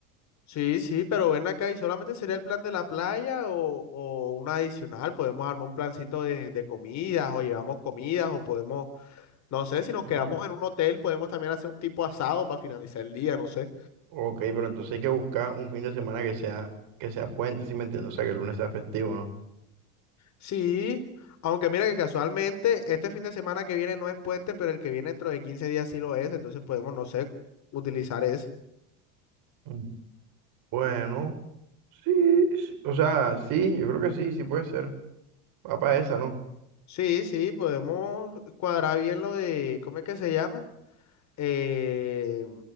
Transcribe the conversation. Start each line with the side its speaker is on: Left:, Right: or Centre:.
Left: Sí, sí, pero ven acá y solamente sería el plan de la playa o, o un adicional. Podemos armar un plancito de, de comidas o llevamos comidas o podemos, no sé, si nos
Right: Mm,
Left: quedamos en un hotel, podemos también hacer un tipo asado para finalizar el día, no sé.
Right: Ok, pero entonces hay que buscar un fin de semana que sea, que sea puente, ¿sí me entiendes? O sea, que el lunes sea festivo, ¿no?
Left: Sí, aunque mira que casualmente este fin de semana que viene no es puente, pero el que viene dentro de 15 días sí lo es, entonces podemos, no sé, utilizar ese.
Right: Mm. Bueno, sí, sí, o sea, sí, yo creo que sí, sí puede ser. Va para esa, ¿no?
Left: Sí, sí, podemos cuadrar bien lo de, ¿cómo es que se llama? Eh,